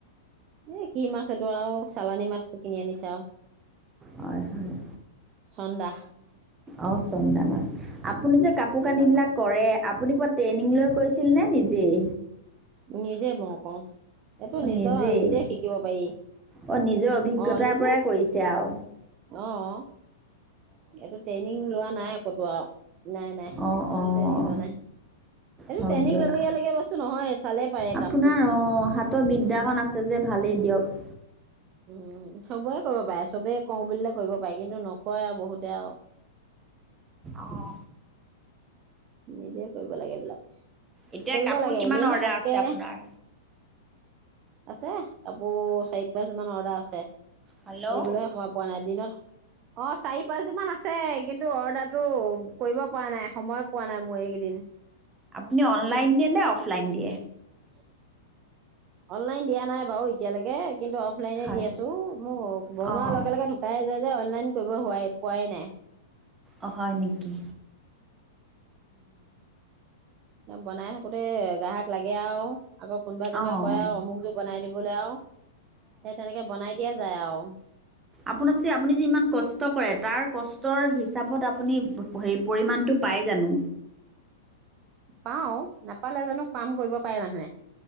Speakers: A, on the right; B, on the right.
A: এ কি মাছ এইটো আৰু চালানী মাছটো কিনি আনিছো
B: হয় হয়,
A: চন্দা
B: অঁ চন্দা মাছ, আপুনি যে কাপোৰ
A: চন্দা
B: কানিবিলাক
A: মাছ
B: কৰে আপুনি ক'ৰবাত ট্ৰেইনিং লৈ কৈছিলনে নিজেই
A: নিজেই কৰো এইটো
B: অঁ
A: নিজৰ
B: নিজেই
A: নিজে শিকিব পাৰি
B: অঁ নিজৰ অভিজ্ঞতাৰ
A: অহ নিজে
B: পৰাই কৰিছে আৰু
A: অঁ এইটো ট্ৰেইনিং লোৱা নাই ক'তো আও‌ ঈনাই নাই
B: অঁ
A: কতো
B: অঁ
A: ট্ৰেইনিং লোৱা নাই এইটো
B: হওক
A: ট্ৰেইনিং
B: দিয়ক
A: লবগীয়া লগীয়া বস্তু নহয় চালে পাৰে
B: আপোনাৰ
A: কামটো
B: অঁ হাতৰ বিদ্যাখন আছে যে ভালেই দিয়ক
A: উম চবৰে কৰিব পাৰেছো চবেই কওঁ বুলিলে কৰিব পাৰি কিন্তু নকৰে বহুতে আও
B: অহ
A: নিজে কৰিব লাগে এইবিলাক
B: এতিয়া
A: কৰিব
B: কাপোৰ
A: লাগে
B: কিমান
A: এনেই
B: অৰ্ডাৰ
A: থকাতকে।
B: আছে আপোনাৰ
A: আছে কাপোৰ চাৰি পাঁচ মান অৰ্ডাৰ আছে।
B: হেল্ল'
A: কৰিবলৈ সময় পোৱা নাই দিনত। অ চাৰি পাঁচযো মান আছে কিন্তু অৰ্ডাৰটো কৰিব পৰা নাই সময়। কোৱা নাই মই এইকেইদিন।
B: আপুনি অনলাইন দিয়ে নে অফলাইন দিয়ে।
A: ওচ অনলাইন দিয়া নাই বাৰু এতিয়ালৈকে কিন্তু অফলাইনে
B: হয়
A: দি আছো মোক বনোৱাৰ
B: অঁ
A: লগে লগে ঢুকাই যায় যে অনলাইন কৰিব হোৱা পোৱাই নাই
B: অ হয় নেকি?
A: এ বনাই থাকোতে গাহক লাগে আও আক কোনোবাই কোনোবাই
B: অঁ
A: কয় আওঅমুক যোৰ বনাই। দিবলৈ আও এ তেনেকে বনাই দিয়া যায় অউ
B: আপোনাৰ যে আপুনি যে ইমান কষ্ট কৰে তাৰ কষ্টৰ হিচাপত আপুনি হে পৰিমাণটো পায় জানো।
A: পাও নাপালে জানো কাম কৰিব পাৰে মানুহে